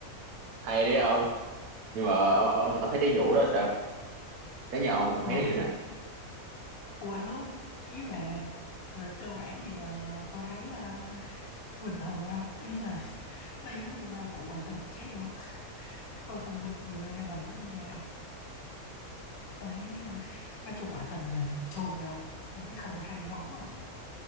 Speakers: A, on the right; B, on the left.
A: hay đấy không nhưng mà ông, ông, ông thấy cái vụ đó sao cái nhà ông, ông
B: Wow,
A: thấy nó như thế nào
B: wow, ý là về cơ bản thì ờ, tôi thấy ờ, bình thường thôi không? Ý là nó giống như ba vụ ngoại tình khác không? Tôi không binh gì Ray Raven với Mia Thấy à, nói chung ngoại tình là chôn rồi không? Tôi thấy không hay lắm không?